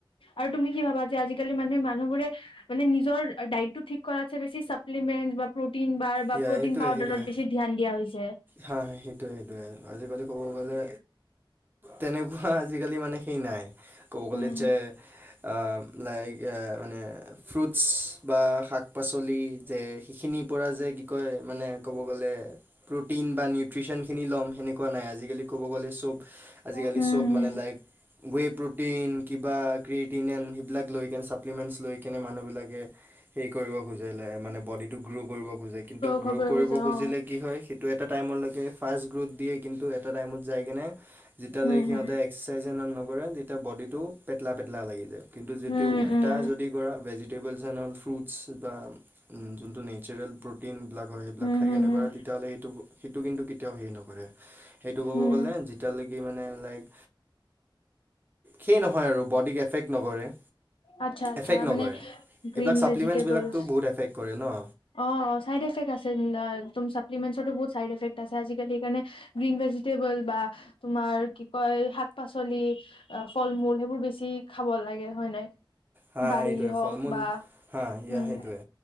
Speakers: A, on the left; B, on the right.
A: আৰু তুমি কি ভাবা যে আজিকালি মানে মানুহবোৰে মানে নিজৰ ডাইটটো ঠিক কৰাতছে বেছি চাপ্লিমেণ্ট বা প্ৰটিন বাৰ বা
B: ইয়া
A: প্ৰ'টিন
B: সেইটোৱে
A: পাউডাৰত
B: সেইটোৱে
A: বেছি ধ্যান দিয়া হৈছে।
B: হা সেইটোৱে সেইটোৱে আজিকালি ক'ব গ'লে তেনেকুৱা আজিকালি মানে সেই নাই, ক'ব গ'লে
A: উম
B: যে অ লাইক এ মানে ফ্ৰুটছ বা শাক পাচলি যে সেইখিনিৰ পৰা যে কি কয় মানে ক'ব গ'লে প্ৰটিন বা নিউট্ৰিচনখিনি ল'ম সেনেকুৱা নাই আজিকালি ক'ব গ'লে চব আজিকালি
A: হম
B: চব মানে লাইক ৱে প্ৰটিন কিবা কৃত টিনেন সেইবিলাক লৈ কেনে ছাপ্লিমেণ্টছ লৈ কিনে মানুহবিলাকে হেৰি কৰিব খোজে মানে বডিটো গ্ৰ' কৰিব খোজে। কিন্তু
A: খবৰ
B: গ্ৰ' কৰিব
A: বুজা
B: খুজিলে
A: অ
B: কি হয় সেইটো এটা টাইমলৈকে ফাৰ্ষ্ট গ্ৰ'থ দিয়ে কিন্তু এটা টাইমত যায় কিনে যেতিয়ালৈকে
A: উম
B: সিহঁতে
A: হম
B: এক্সাৰচাইজ এ নকৰে তেতিয়া বডিটো পেটলা পেটলা লাগি যায়। কিন্তু যিটো
A: উম
B: উল্টা
A: উম
B: যদি কি কৰা ভিজিটেবল এন্ড ফ্ৰুটছ বা যোনটো নেচাৰেল প্ৰটিন টিনবিলাক হয় সেইবিলাক
A: উম
B: খাই
A: হম
B: কেনে
A: হম
B: কৰা তেতিয়াহ'লে সেইটো সেইটো কিন্তু কেত তিয়াও হেৰি নকৰে, সেইটো ক'ব
A: উম
B: গ'লে যেতিয়ালৈকে মানে লাইক সেই নহয় আৰু বডিক এফেক্ট নকৰে।
A: আচ্ছা আচ্ছা
B: এফেক্ট নকৰে,
A: মানে গ্ৰীণ
B: এইবিলাক চাপ্লিমেন্টছ
A: ভেজিটেবলছ
B: বিলাকতো বহুত এফেক্ট কৰে ন।
A: অ চাইড এফেক্ট আছে তম চাপ্লিমেন্টছটো বহুত চাইড এফেক্ট আছে আজিকালি সেইকাৰণে গ্ৰীণ ভেজিটেবল বা তোমাৰ কি কয় শাক-পাচলি। অ', ফল-মূল সেইবোৰ বেছি খাব লাগে হয় নাই?
B: হা
A: দালি
B: সেইটোৱে
A: হওক
B: ফল মূল
A: বা
B: হা ইয়া
A: উম
B: সেইটোৱে